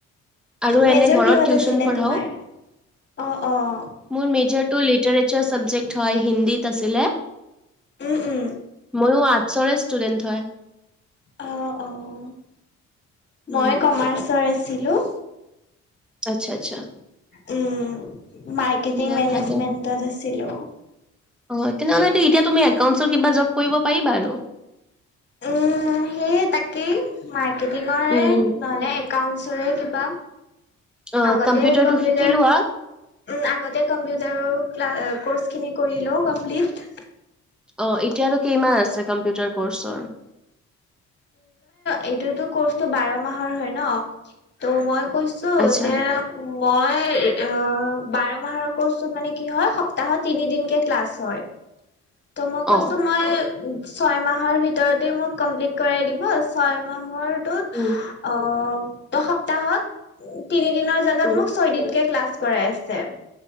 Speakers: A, in the centre; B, on the left.
A: আৰু
B: মেজৰ
A: এনে ঘৰত
B: কিহত
A: টিউচন
B: আছিলে,
A: পঢ়াও
B: তোমাৰ? অ' অ'!
A: মোৰ মেজৰটো, লিটাৰেচাৰ চাবজেক্ট হয়, হিন্দীত আছিলে।
B: উম, উম।
A: মইয়ো আৰ্টচৰে ষ্টুডেন্ট হয়।
B: অ' অ'!
A: উম
B: মই কমাৰ্চৰ আছিলোঁ।
A: আচ্ছা, আচ্ছা!
B: উম, মাৰ্কেটিং
A: দিয়া
B: মেনেজমেন্টত
A: ভালে
B: আছিলোঁ।
A: অ'! তেনেহ'লেতো, এতিয়া তুমি, একাউণ্টচৰ কিবা জব কৰিব পাৰিবা আৰু?
B: উম, সেইয়ে তাকেই, মাৰ্কেটিঙৰে
A: উম
B: নহ'লে, একাউন্টছৰে কিবা,
A: অ
B: আগতে
A: কম্পিউটাৰটো
B: কম্পিউটাৰ
A: শিকি লোৱা
B: উম, আগতে কম্পিউটাৰ ক্লাছ, কোৰ্চ খিনি কৰি লওঁ কমপ্লিট।
A: অ'! এতিয়ানো কেইমাহ আছে, কম্পিউটাৰ কোৰ্চৰ?
B: এইটোতো, কোৰ্চটো বাৰ মাহৰ হয় ন' ত' মই কৈছোঁ কৈছোঁ!
A: আচ্ছা
B: যে মই, অ'! বাৰ মাহৰ কোৰ্চটোত মানে, কি হয়! সপ্তাহত তিনিদিনকে ক্লাছ হয়।
A: <inaudible>
B: ত মই
A: অ
B: কৈছোঁ মই ছয় মাহৰ ভিতৰতে মোক কমপ্লিট কৰাই দিব ছয় মাহৰটোত
A: উম
B: সপ্তাহত তিনি দিনৰ জাগাত
A: উম
B: মোক ছয় দিনকে ক্লাছ কৰাই আছে